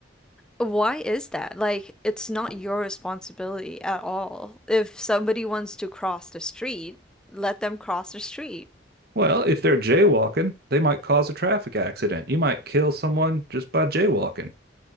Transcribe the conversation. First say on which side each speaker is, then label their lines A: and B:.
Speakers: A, in the centre; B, on the right.
A: Why is that? Like, it's not your responsibility at all. If somebody wants to cross the street, let them cross the street.
B: Well, if they're jaywalking, they might cause a traffic accident. You might kill someone just by jaywalking.